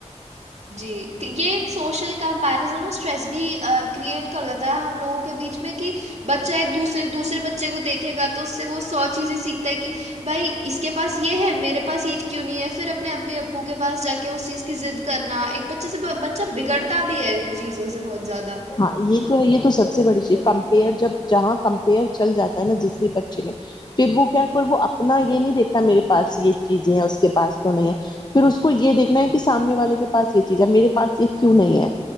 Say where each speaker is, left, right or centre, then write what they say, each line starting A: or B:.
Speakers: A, on the right; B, on the left.
A: جی کہ یہ سوشل کمپیرزن اور اسٹریس بھی کریئٹ کر دیتا ہے ہم لوگوں کے بیچ میں کہ بچہ ایک دورے دوسرے بچے کو دیکھے گا تو اس سے وہ سو چیزیں سیکھتا ہے کہ بھائی اس کے پاس یہ ہے میرے پاس ایج کیوں نہیں ہے پھر اپنے اپنے ابو کے پاس جا کے اس چیز کی ضد کرنا ایک بچے سے بچہ بگڑتا بھی ہے چیزوں سے بہت زیادہ
B: ہاں یہ تو ہے یہ تو سب سے بڑی چیز کمپیئر جب جہاں کمپیئر چل جاتا ہے نا جس بھی بچے میں پھر وہ کیا کر وہ اپنا یہ نہیں دیکھتا میرے پاس یہ چیزیں ہے اس کے پس تو نہیں ہے پھر اس کو یہ دیکھنا ہے کہ سامنے والے کے پاس یہ چیز ہے میرے پاس یہ کیوں نہیں ہے